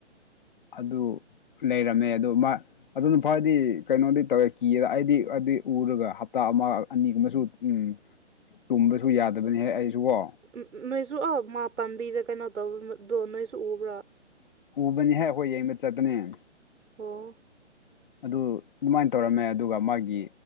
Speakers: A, on the left (about 45°); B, on the right (about 80°).
A: ꯑꯗꯨ ꯂꯩꯔꯝꯃꯦ ꯑꯗꯨ ꯃꯥ ꯑꯗꯨꯅ ꯐꯔꯗꯤ ꯀꯩꯅꯣꯗꯤ ꯇꯧꯔꯦ ꯀꯤꯌꯦ ꯑꯩꯗꯤ ꯑꯗꯨꯏ ꯎꯔꯒ ꯍꯞꯇꯥ ꯑꯃ ꯑꯅꯤꯒꯨꯝꯕꯁꯨ ꯎꯝ ꯇꯨꯝꯕꯁꯨ ꯌꯥꯗꯕꯅꯤꯍ ꯑꯩꯁꯨ ꯀꯣ
B: ꯎ ꯅꯣꯏꯁꯨ ꯑꯧ ꯃꯥ ꯄꯥꯟꯕꯤꯗ ꯀꯩꯅꯣ ꯇꯧꯕꯗꯣ ꯅꯣꯏꯁꯨ ꯎꯕ꯭ꯔꯥ
A: ꯎꯕꯅꯤꯍ ꯑꯩꯈꯣꯏ ꯌꯦꯡꯕ ꯆꯠꯄꯅ‍ꯦ
B: ꯑꯣ
A: ꯑꯗꯨ ꯑꯗꯨꯃꯥꯏꯅ ꯇꯧꯔꯝꯃꯦ ꯑꯗꯨꯒ ꯃꯥꯒꯤ